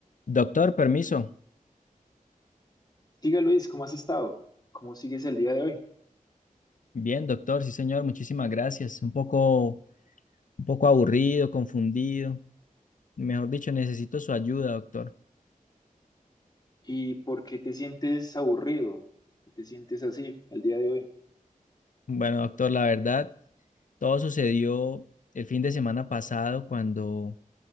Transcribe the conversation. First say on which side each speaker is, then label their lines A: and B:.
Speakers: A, on the left (about 65°); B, on the left (about 25°).
A: Doctor, permiso.
B: Diga Luis, ¿cómo has estado? ¿Cómo sigues el día de hoy?
A: Bien, doctor, sí, señor, muchísimas gracias. Un poco, un poco aburrido, confundido. Mejor dicho, necesito su ayuda, doctor.
B: ¿Y por qué te sientes aburrido? ¿Por qué te sientes así el día de hoy?
A: Bueno, doctor, la verdad, todo sucedió el fin de semana pasado cuando